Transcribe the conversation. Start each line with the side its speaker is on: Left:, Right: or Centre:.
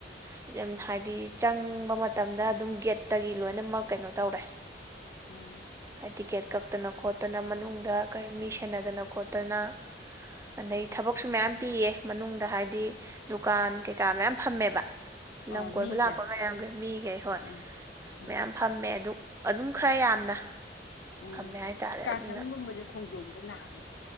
Right: ꯐꯖꯅ ꯍꯥꯏꯗꯤ ꯆꯪꯕ ꯃꯇꯝꯗ ꯑꯗꯨꯝ ꯒꯦꯠ ꯇꯒꯤ ꯂꯣꯏꯅꯃꯛ ꯀꯩꯅꯣ ꯇꯧꯔꯦ
Left: ꯎꯝ
Right: ꯇꯤꯀꯦꯠ ꯀꯛꯇꯅ ꯈꯣꯠꯇꯅ ꯃꯅꯨꯡꯗ ꯀ ꯃꯤ ꯁꯦꯟꯅꯗꯅ ꯈꯣꯠꯇꯅ ꯑꯗꯩ ꯊꯕꯛꯁꯨ ꯃꯌꯥꯝ ꯄꯤꯌꯦ ꯃꯅꯨꯡꯗ ꯍꯥꯏꯗꯤ ꯗꯨꯀꯥꯟ ꯀꯩꯀꯥ ꯃꯌꯥꯝ ꯐꯝꯃꯦꯕ
Left: ꯑ
Right: ꯂꯝ ꯀꯣꯏꯕ
Left: ꯃꯤꯁꯦ
Right: ꯂꯥꯛꯄ ꯃꯌꯥꯝꯒ ꯃꯤꯒꯩ ꯍꯣꯏ
Left: ꯑꯥ ꯎꯝ
Right: ꯃꯌꯥꯝ ꯐꯝꯃꯦ ꯑꯗꯨ ꯑꯗꯨꯝ ꯈꯔ ꯌꯥꯝꯅ
Left: ꯎꯝ
Right: ꯐꯝꯃꯦ ꯍꯥꯏꯇꯥꯔꯦ
Left: ꯏꯁꯀꯥꯔꯁꯟꯒꯨꯝꯕꯁꯦ
Right: ꯑꯗꯨꯅ
Left: ꯈꯣꯡꯖꯣꯝꯁꯦ ꯂꯥꯛꯑꯅꯤ